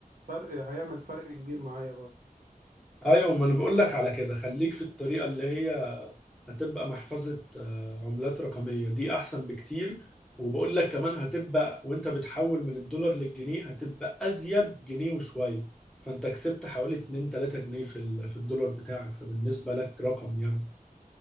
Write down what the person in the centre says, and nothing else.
أيوة ما أنا بقول لك على كده خليك في الطريقة اللي هي هتبقى محفظة آه، عملات رقمية دي أحسن بكتير وبقول لك كمان هتبقى وأنت بتحول من الدولار للجنيه هتبقى أزيد جنيه وشوية فأنت كسبت حوالي 2 3 جنيه في ال- في الدولار بتاعك فبالنسبة لك رقم يعني